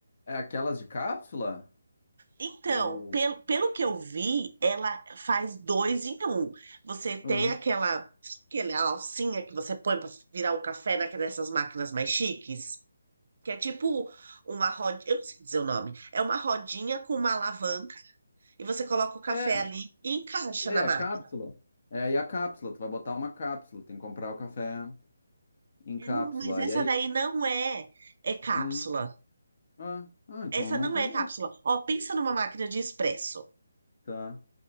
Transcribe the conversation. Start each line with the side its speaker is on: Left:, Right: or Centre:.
Left: é aquelas de cápsula?
Right: Então,
Left: Ou.
Right: pelo, pelo que eu vi, ela faz dois em um. Você tem
Left: Ah,
Right: aquela, aquela alcinha que você põe para virar o café naquela dessas máquinas mais chiques. Que é tipo uma rodinha, eu não sei dizer o nome, é uma rodinha com uma alavanca e você coloca o café
Left: É,
Right: ali e encaixa
Left: é,
Right: na máquina.
Left: cápsula. É aí a cápsula. Tu vai botar uma cápsula. Tem que comprar o café em
Right: É,
Left: cápsula.
Right: não, mas essa
Left: Aí é isso.
Right: daí não é, é cápsula.
Left: Hum. Ah, ah, então
Right: Essa
Left: eu não
Right: não
Left: conheço.
Right: é cápsula. Ó, pensa numa máquina de expresso.
Left: Tá.